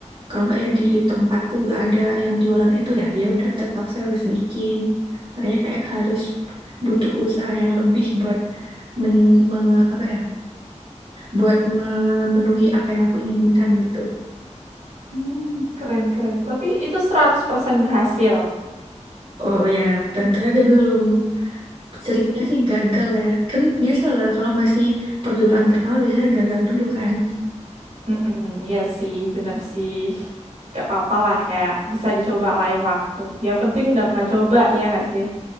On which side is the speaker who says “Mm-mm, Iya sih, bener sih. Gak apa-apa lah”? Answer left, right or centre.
Right